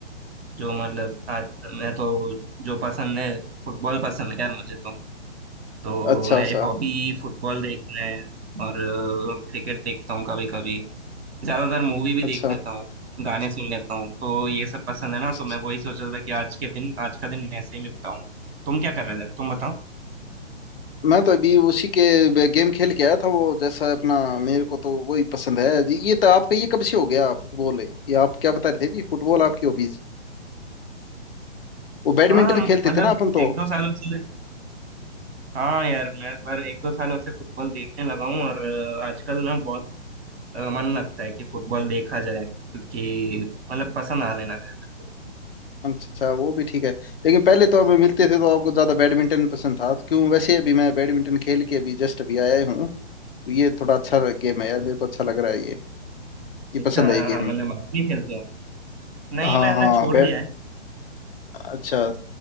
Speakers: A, on the right; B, on the left.
A: जो मतलब आज मैं तो जो पसंद है फुटबॉल पसंद है यार मुझे तो तो
B: अच्छा
A: मेरी
B: सा
A: हॉबी फुटबॉल देखना है और अ, क्रिकेट देखता हूँ कभी कभी ज्यादातर मूवी भी
B: अच्छा
A: देख लेता हूँ गाने सुन लेता हूँ तो ये सब पसंद है ना
B: अच्छा
A: तो मैं
B: सा।
A: वही सोच रहा था कि आज के दिन आज का दिन ऐसे ही मैं बिताऊं तुम क्या कर रहे थे तुम बताओ
B: मैं तो अभी उसी के गेम खेल के आया था वो जैसा अपना मेरे को तो वही पसंद है जी, ये तो आपका ये कब से हो गया फुटबॉल है ये आप क्या बता रहे थे भी फुटबॉल आपकी हॉबीज वो बैडमिंटन
A: हाँ मतलब
B: खेलते थे ना अपन तो
A: एक दो सालों से हाँ यार मैं पर एक दो सालों से फुटबॉल देखने लगा हूँ और अ, आजकल ना बहुत अ, मन लगता है कि फुटबॉल देखा जाए क्योंकि मतलब पसंद आने लगा है मेरे को
B: अच्छा अच्छा वो भी ठीक है लेकिन पहले तो हमें मिलते थे तो आपको ज्यादा बैडमिंटन पसंद था तो क्यों वैसे अभी मैं बैडमिंटन खेल के अभी जस्ट अभी आया हूँ तो ये थोड़ा अच्छा गेम है यार मेरे को अच्छा लग रहा है ये ये
A: अच्छा
B: पसंद है ये गेम
A: हाँ, मतलब आप भी खेलते हो नहीं
B: हाँ
A: मैंने
B: हाँ
A: छोड़
B: बैट
A: दिया है
B: अच्छा